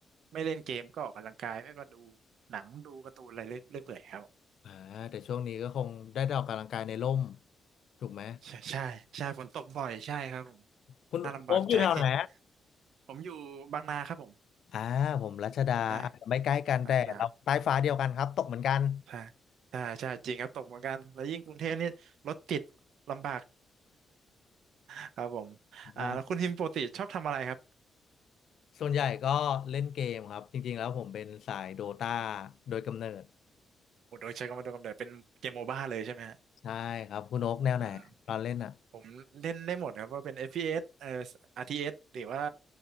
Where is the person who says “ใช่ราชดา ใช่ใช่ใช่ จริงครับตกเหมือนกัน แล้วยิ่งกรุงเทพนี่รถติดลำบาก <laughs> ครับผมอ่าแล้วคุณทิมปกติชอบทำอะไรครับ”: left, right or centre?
Right